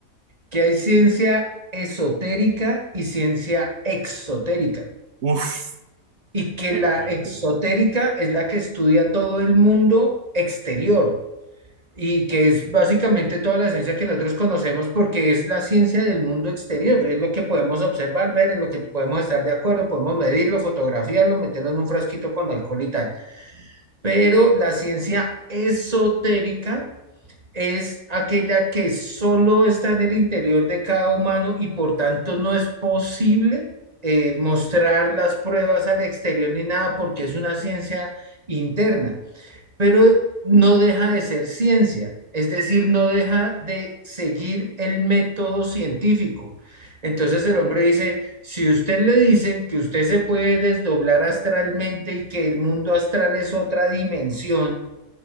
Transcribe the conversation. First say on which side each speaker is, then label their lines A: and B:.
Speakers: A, on the right (about 25°); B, on the right (about 50°).
A: que hay ciencia esotérica y ciencia exotérica,
B: <laughs> Uf,
A: y que
B: qué
A: la
B: máquina.
A: exotérica es la que estudia todo el mundo exterior, y que es básicamente toda la ciencia que nosotros conocemos porque es la ciencia del mundo exterior, es lo que podemos observar, ver, es lo que podemos estar de acuerdo, podemos medirlo, fotografiarlo, meterlo en un frasquito con alcohol y tal. Pero la ciencia esotérica es aquella que solo está en el interior de cada humano y por tanto no es posible eh, mostrar las pruebas al exterior ni nada porque es una ciencia interna, pero no deja de ser ciencia, es decir, no deja de seguir el método científico. Entonces el hombre dice, si usted le dicen que usted se puede desdoblar astralmente y que el mundo astral es otra dimensión,